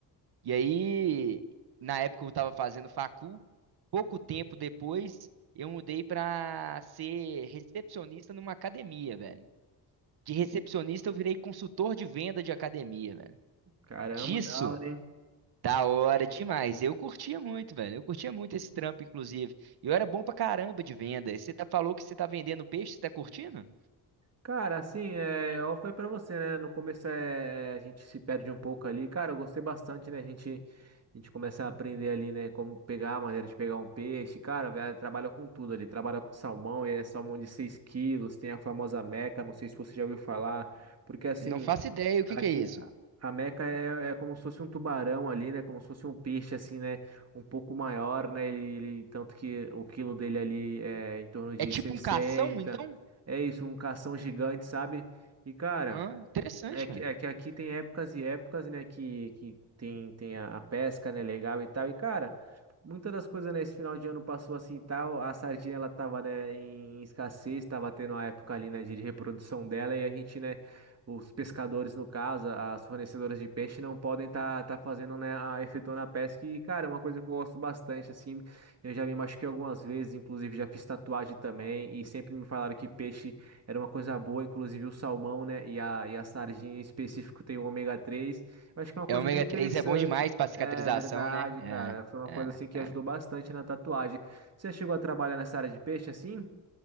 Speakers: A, on the right; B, on the right.
A: E aí, na época eu estava fazendo facul, pouco tempo depois eu mudei para ser recepcionista numa academia, velho. De recepcionista eu virei consultor de venda de academia, velho.
B: Caramba,
A: Disso,
B: da hora, hein?
A: da hora demais. Eu curtia muito, velho. Eu curtia muito esse trampo, inclusive. Eu era bom pra caramba de venda. E Você tá, falou que você tá vendendo peixe, você tá curtindo?
B: Cara, assim, é, eu falei pra você, né? No começo é, é, a gente se perde um pouco ali. Cara, eu gostei bastante, né? A gente, a gente começa a aprender ali, né? Como pegar, a maneira de pegar um peixe. Cara, velho, trabalha com tudo ali. Trabalha com salmão, e é salmão de 6 quilos. Tem a famosa Meca, não sei se você já ouviu falar. Porque assim.
A: Não faço ideia, o que
B: Aqui,
A: que é isso?
B: a a Meca é, é como se fosse um tubarão ali, né? Como se fosse um peixe, assim, né? Um pouco maior, né? Ele, ele- tanto que o quilo dele ali é em torno de
A: É tipo
B: sessenta
A: um cação, então?
B: É isso, um cação gigante, sabe? E, cara.
A: Ah, interessante,
B: É
A: velho.
B: que, é que aqui tem épocas e épocas, né? Que, que tem, tem a, a pesca, né? Legal e tal. E, cara, muitas das coisas, né? Esse final de ano passou assim e tal. A sardinha, ela tava, né? Em, em escassez, tava tendo a época ali, né? De, de reprodução dela. E a gente, né? Os pescadores, no caso, a- as fornecedoras de peixe, não podem tá, tá fazendo, né? A, efetuando a pesca. E, cara, é uma coisa que eu gosto bastante, assim. Eu já me machuquei algumas vezes, inclusive já fiz tatuagem também. E sempre me falaram que peixe era uma coisa boa, inclusive o salmão, né? E a, e a sardinha em específico tem o ômega três Eu acho que é uma coisa
A: É, ômega
B: bem interessante.
A: 3 é bom demais pra cicatrização,
B: É verdade,
A: né?
B: cara. Foi uma
A: É,
B: coisa
A: é,
B: assim que
A: é.
B: ajudou bastante na tatuagem. Você chegou a trabalhar nessa área de peixe assim?